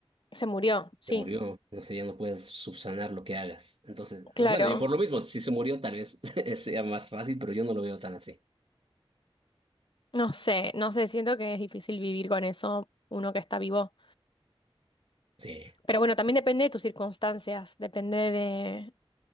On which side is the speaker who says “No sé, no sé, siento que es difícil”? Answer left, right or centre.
Left